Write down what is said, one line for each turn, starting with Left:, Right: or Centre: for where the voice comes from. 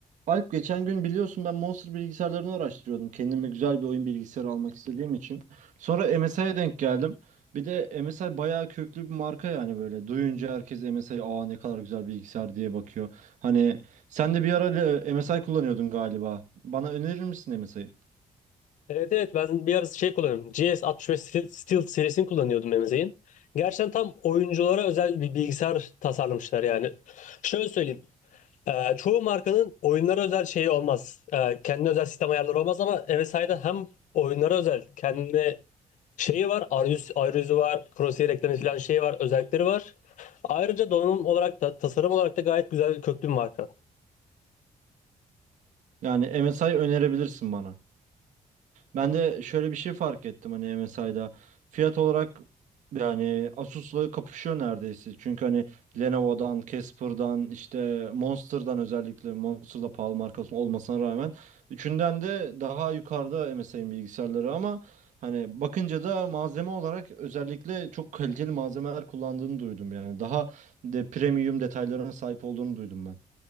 Right: Alp geçen gün biliyorsun ben Monster bilgisayarlarını araştırıyordum. Kendime güzel bir oyun bilgisayarı almak istediğim için. Sonra MSI'ye denk geldim. Bir de MSI bayağı köklü bir marka yani böyle. Duyunca herkes MSI aa ne kadar güzel bilgisayar diye bakıyor. Hani sen de bir ara e, MSI kullanıyordun galiba. Bana önerir misin MSI'yi?
Left: Evet evet ben bir ara şey kullanıyorum. GS65 Steel, Steel serisini kullanıyordum Emze'in. Gerçekten tam oyunculara özel bir bilgisayar tasarlamışlar yani. Şöyle söyleyeyim. Ee, çoğu markanın oyunlara özel şeyi olmaz. Ee, kendine özel sistem ayarları olmaz ama MSI'da hem oyunlara özel kendine şeyi var. Arayüz, arayüzü var. Crosshair eklemesi falan şeyi var. Özellikleri var. Ayrıca donanım olarak da tasarım olarak da gayet güzel bir köklü bir marka.
Right: Yani MSI önerebilirsin bana. Ben de şöyle bir şey fark ettim hani MSI'da. Fiyat olarak yani Asus'la kapışıyor neredeyse. Çünkü hani Lenovo'dan, Casper'dan, işte Monster'dan özellikle Monster da pahalı markası olmasına rağmen üçünden de daha yukarıda MSI'nin bilgisayarları ama hani bakınca da malzeme olarak özellikle çok kaliteli malzemeler kullandığını duydum yani. Daha de premium detaylarına sahip olduğunu duydum ben.